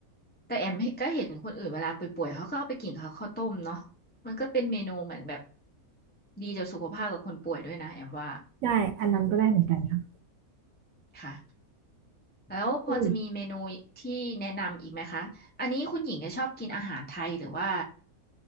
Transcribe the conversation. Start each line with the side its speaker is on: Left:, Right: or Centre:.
Left: แต่แอมก็เห็นคนอื่นเวลาป่วยๆเขาก็เอาไปกินเข้าวข้าวต้มเนาะมันก็เป็นเมนูเหมือนแบบดีต่อสุขภาพกับคนป่วยด้วยนะแอมว่า
Right: ได้อันนั้นก็ได้เหมือนกันค่ะ
Left: ค่ะแล้วพอจะมีเมนูที่แนะนำอีกไหมคะอันนี้คุณหญิงจะชอบกินอาหารไทยหรือว่า
Right: อือ